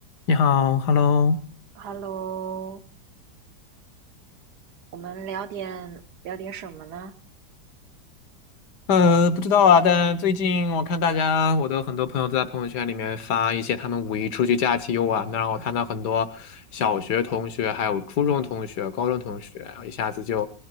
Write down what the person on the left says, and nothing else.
你好，Hello。
呃，不知道啊，但最近我看大家，我的很多朋友都在朋友圈里面发一些他们五一出去假期游玩的，让我看到很多小学同学、还有初中同学、高中同学，一下子就